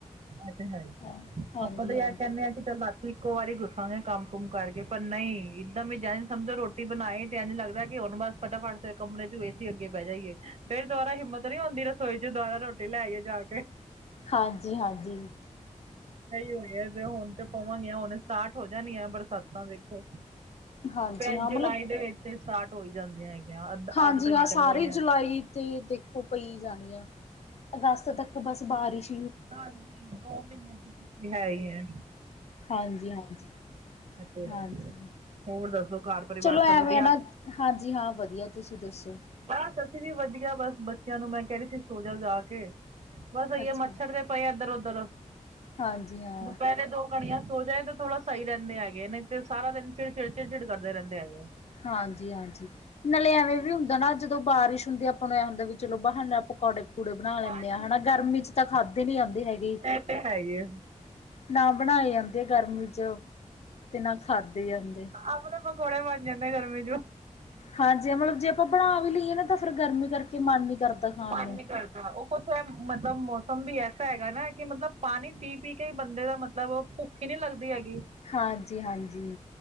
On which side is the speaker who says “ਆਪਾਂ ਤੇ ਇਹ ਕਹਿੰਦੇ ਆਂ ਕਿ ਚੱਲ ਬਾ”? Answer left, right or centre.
Right